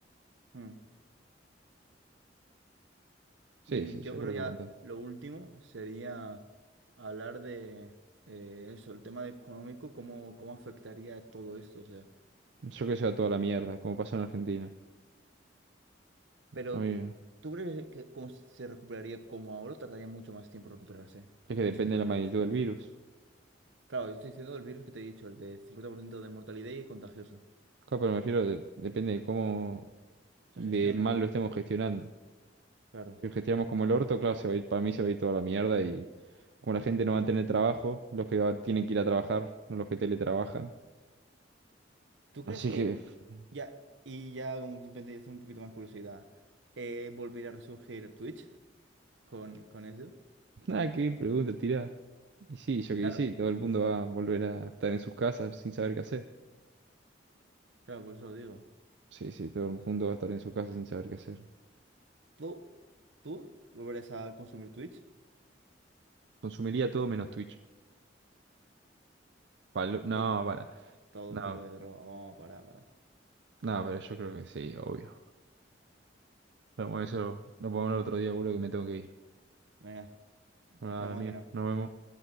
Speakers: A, on the right; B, on the right.
A: Mm.
B: Sí,
A: Y
B: sí,
A: yo
B: yo
A: creo
B: creo
A: ya
B: que aguantás.
A: lo último sería hablar de eh, eso, el tema económico, cómo, cómo afectaría todo esto. O sea,
B: Yo creo que se va toda la mierda, como pasó en Argentina.
A: pero
B: A mí,
A: ¿tú crees que cómo se recuperaría como ahora o tardaría mucho más tiempo recuperarse
B: es que
A: en
B: depende
A: ese tipo
B: de
A: de
B: la
A: virus?
B: magnitud del virus.
A: Claro, yo estoy diciendo el virus que te he dicho, el de 50% de mortalidad y contagioso.
B: Claro, pero me refiero, de- depende de cómo
A: Se
B: de
A: gestione,
B: mal lo estemos gestionando.
A: claro.
B: que gestionamos como el orto, claro, se va a ir, para mí se va a ir toda la mierda y como la gente no va a tener trabajo, los que va- tienen que ir a trabajar, no los que teletrabajan.
A: ¿Tú crees
B: Así
A: que
B: que, <laughs> pf,
A: ya, y ya como simplemente ya es un poquito más curiosidad, eh, volverá a resurgir Twitch con, con eso?
B: nada, qué pregunta, tira. Y sí, yo que
A: Claro,
B: y sí, todo el mundo va a volver a estar en sus casas sin saber qué hacer.
A: claro, por eso lo digo.
B: Sí, sí, todo el mundo va a estar en su casa sin saber qué hacer.
A: ¿Tú? ¿Tú? volverás a consumir Twitch?
B: Consumiría todo menos Twitch. Palo- no,
A: To-
B: para.
A: todo
B: No,
A: tipo de droga. Vamos, para, para.
B: no, pero yo creo que sí, obvio. Pero bueno, eso lo, lo podemos hablar otro día, boludo, que me tengo que ir.
A: Venga,
B: Bueno, nada,
A: chao máquina.
B: amigo, nos vemos.